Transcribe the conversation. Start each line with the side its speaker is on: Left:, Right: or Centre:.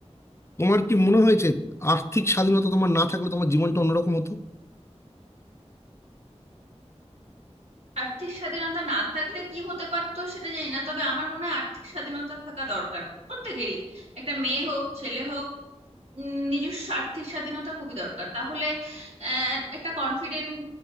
Left: তোমার কি মনে হয়েছে আর্থিক স্বাধীনতা তোমার না থাকলে তোমার জীবনটা অন্যরকম হতো
Right: আর্থিক স্বাধীনতা না থাকলে কি হতে পারতো সেটা জানি না তবে আমার মনে হয় আর্থিক স্বাধীনতা থাকা দরকার প্রত্যেকেরই একটা মেয়ে হোক ছেলে হোক উম, নিজস্ব আর্থিক স্বাধীনতা খুবই দরকার তাহলে আহ, একটা কনফিডেন্ট